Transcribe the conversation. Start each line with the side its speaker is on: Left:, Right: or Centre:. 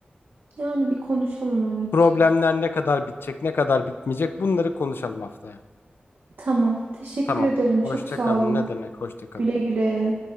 Right: Yani bir konuşalım evet.
Left: Problemler ne kadar bitecek, ne kadar bitmeyecek bunları konuşalım haftaya.
Right: Tamam. Teşekkür
Left: Tamam.
Right: ederim.
Left: Hoşça
Right: Çok sağ
Left: kalın.
Right: olun.
Left: Ne demek? Hoşça kalın.
Right: Güle güle.